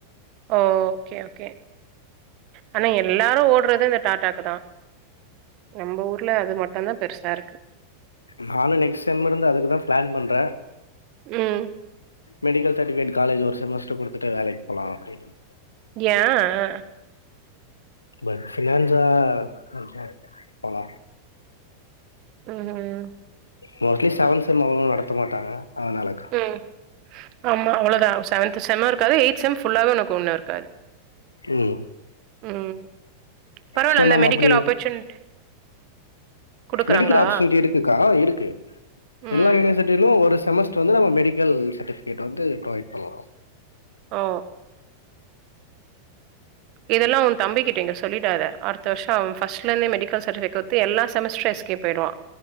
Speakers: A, on the right (about 40°); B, on the left (about 80°).
A: ஓ கே ஒகே ஆனா எல்லாரு ஓட்றது இந்த டாட்டாக்கு தா. நம்ப ஊர்ல அது மட்டுதா பெருசா இருக்கு.
B: நானு நெக்ஸ்ட் செம் இருந்து அதுக்குதா பிளான் பண்றே.
A: ம்
B: மெடிக்கல் சர்டிஃபிகேட் காலேஜ்ல ஒரு செமஸ்டர்க்கு குடுத்துட்டா வேலைக்கு போலா அப்டின்னு
A: ஏ அ அ
B: பட் ஃபினான்சா நெனச்சா போலா
A: ம் ம்
B: மோஸ்ட்லி செவன்த் செம் அவ்ளவா நடத்த மாட்டாங்க. அதனாலக்கா
A: ம் ஆமா அவ்ளோதா. செவன்த் செம்மு இருக்காது. எயித் செம் ஃபுல்லாவே ஒனக்கு ஒண்ணு இருக்
B: ம்
A: ம் பரவால்ல
B: ஸோ
A: அந்த
B: நாம
A: மெடிக்கல்
B: அப்டி
A: ஆப்பர்ச்சுனிட் குடுக்குறாங்களா?
B: மெடிக்கல் ஆப்பர்ச்சுனிட்டி இருக்குக்கா இருக்கு.
A: ம்
B: எல்லா யூனிவர்சிட்டிலு ஒருச் செமஸ்டர் வந்து நம்ம மெடிக்கல் சர்டிஃபிகேட் வந்து ப்ரொவைட் பண்லா.
A: ஓ இதெல்லா ஒ தம்பிக்கிட்ட இங்க சொல்லிடாத. அடுத்த வருஷோ அவ ஃபஸ்ட்லந்தே மெடிக்கல் சர்டிஃபிகேட் குடுத்து எல்லா செமஸ்ட்ரு எஸ்கேப் ஆயிடுவா.